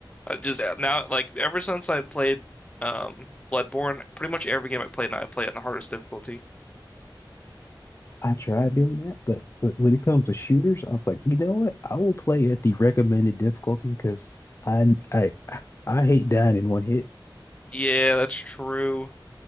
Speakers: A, on the left; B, on the left.
A: I just uh, now, like ever since I played um Bloodborne, pretty much every game I play now I play it in the hardest difficulty.
B: I tried doing that, but wh- when it comes to shooters, I was like, you know what? I will play at the recommended difficulty because I I I hate dying in one hit.
A: Yeah, that's true.